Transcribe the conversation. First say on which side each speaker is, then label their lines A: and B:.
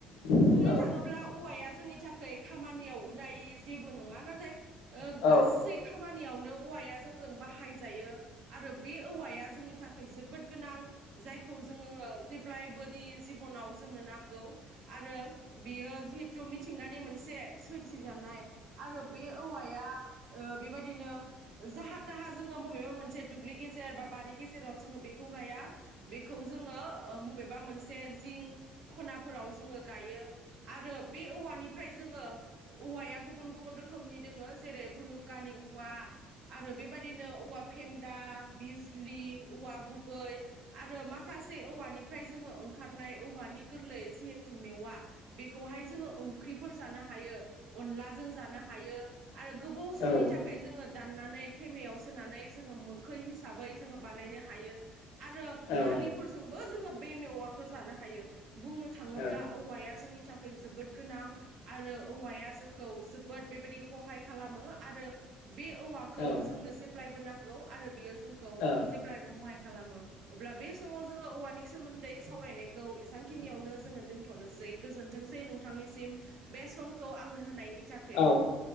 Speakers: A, on the left; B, on the right.
A: औ
B: बुंनो थाङोब्ला औवाया जोंनि थाखाय खामानियाव उदायि जेबो नङा नाथाय ओ
A: औ
B: गासै खामानियावनो औवाया जोंजों बाहायजायो आरो बे औवाया जोंनि थाखाय जोबोद गोनां जायखौ जोङो जेब्लायबोनि जिबनाव जोंनो नांगौ आरो बियो जिहेथु मिथिंगानि मोनसे सोरजिजानाय आरो बे औवाया बेबायदिनो जाहा थाहा जोङो बबेबा मोनसे दुब्लि गेजेर बा बारि गेजेराव जोङो बेखौ गाया बेखौ जोङो ओ मबे बा मोनसे जिं खनाफोराव जोङो गायो आरो बे औवानिफ्राय जोङो औवाया गुबुन गुबुन रोखोमनि दोङो जेरै फुलुकानि औवा आरो बेबायदिनो औवा फेन्दा बिजलि औवा गुबै आरो माखासे औवानिफ्राय जोङो ओंखारनाय औवानि गोरलै जिहेथु मेवा बेखौहाय जोङो ओंख्रिफोर जानो हायो अनलाजों जानो हायो आरो गोबाव समनि
A: औ
B: थाखाय जोङो दाननानै थेमायाव सोनानै जोङो मोखै हिसाबै जोङो बानायनो हायो आरो
A: औ
B: दालिफोरजोंबो
A: औ
B: जोङो बे मेवाखौ जानो हायो बुंनो थाङोब्ला
A: औ
B: औवाया जोंनि थाखाय जोबोद गोनां आरो औवाया जोंखौ जोबोद बेबायदि हहाय खालामो आरो बे औवाखौ
A: औ
B: जोंनो जेब्लायबो नांगौ आरो बियो जोंखौ
A: औ
B: जेब्लायबो हहाय खालामो अब्ला बे समाव जोङो औवानि सोमोन्दै सावरायनायखौ एसांखिनियावनो जोङो दोनथ'नोसै गोजोनथोंसै नोंथांनिसिम बे समखौ आंनो होनायनि थाखै।
A: औ